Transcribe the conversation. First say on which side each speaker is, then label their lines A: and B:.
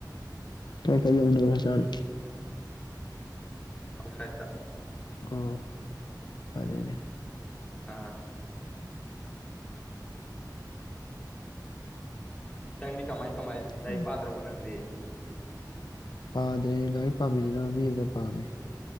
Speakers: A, on the left; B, on the left.
A: ꯀꯥꯏꯀꯥꯏ ꯌꯧꯅꯒꯔ ꯖꯥꯠꯅꯣ
B: ꯑꯥꯎꯠꯁꯥꯏꯠꯇ
A: ꯑꯣ ꯐꯔꯦꯅꯦ
B: ꯑ ꯅꯪꯗꯤ ꯀꯃꯥꯏ ꯀꯃꯥꯏꯅ ꯂꯥꯏꯔꯤꯛ
A: ꯎꯝ.
B: ꯄꯥꯗ꯭ꯔꯕꯣ ꯅꯪꯗꯤ
A: ꯄꯥꯗ꯭ꯔꯦ ꯂꯥꯏꯔꯤꯛ ꯄꯥꯕꯤꯅꯅꯕ ꯃꯤ ꯑꯃꯗꯤ ꯄꯥꯝꯃꯦ